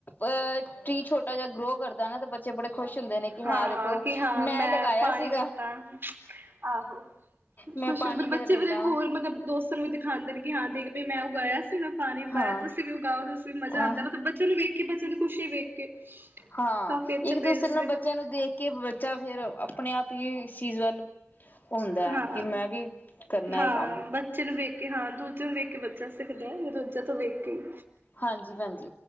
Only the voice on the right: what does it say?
ਹਾਂ ਹਾਂ
ਕਿ ਹਾਂ ਮੈਂ
ਪਾਣੀ
ਦਿੱਤਾ ਆਹੋ
ਖੁਸ਼
ਫਿਰ
ਬੱਚੇ
ਫਿਰੇ
ਹੋਰ ਮਤਲਬ ਦੋਸਤ ਨੂੰ ਵੀ ਦਿਖਾਂਦੇ ਨੇ ਕਿ ਹਾਂ ਦੇਖ ਬੀ ਮੈਂ ਉਗਾਇਆ। ਤੇ ਮੈਂ ਪਾਣੀ ਪਾਇਆ
ਤੁਸੀਂ ਵੀ ਉਗਾਓ ਤੁਸੀਂ ਵੀ ਮਜ਼ਾ
ਆਂਦਾ ਮਤਲਬ ਬੱਚੇ ਨੂੰ ਵੇਖ ਕੇ ਬੱਚਿਆਂ ਦੀ ਖੁਸ਼ੀ ਵੇਖ ਕੇ
ਕਾਫੀ ਅੱਛ
ਪੇਰੇਂਟਸ
ਹਾਂ
ਹਾਂ
ਬੱਚੇ ਨੂੰ ਵੇਖ ਕੇ ਹਾਂ ਦੂਜੇ ਨੂੰ ਵੇਖ ਕੇ ਬੱਚਾ ਸਿੱਖਦਾ ਦੂਜਾ ਤੋਂ ਵੇਖ ਈ